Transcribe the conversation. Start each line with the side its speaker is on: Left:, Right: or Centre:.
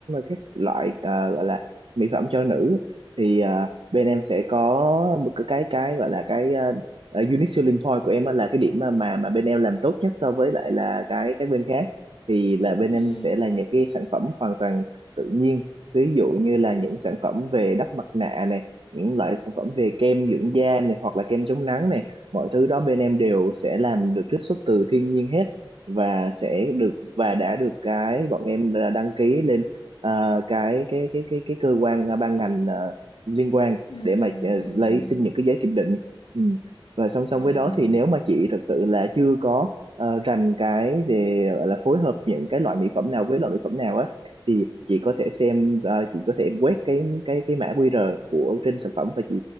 Right: các loại à, gọi là mỹ phẩm cho nữ thì à, bên em sẽ có một cái cái cái gọi là cái à, à, unique selling point của em á là cái điểm mà mà mà bên em làm tốt nhất so với lại là cái các bên khác thì là bên
Left: Ừm,
Right: em sẽ là những cái sản phẩm hoàn toàn tự nhiên ví dụ như là những sản phẩm về đắp mặt nạ này những loại sản phẩm về kem dưỡng da này hoặc là kem chống nắng này mọi thứ đó bên em đều sẽ làm được trích xuất từ thiên nhiên hết và sẽ được và đã được cái bọn em đã đăng ký lên à, cái cái cái cái cái cơ quan à, ban ngành à, liên quan
Left: ừm,
Right: để mà à,
Left: ừm,
Right: lấy xin những cái giấy kiểm định ừ. và song song
Left: ừm.
Right: với đó thì nếu mà chị thật sự là chưa có à, rành cái về gọi là phối hợp những cái loại mỹ phẩm nào với loại mỹ phẩm nào á thì chị có thể xem à, chị có thể quét cái cái cái mã QR của trên sản phẩm và chị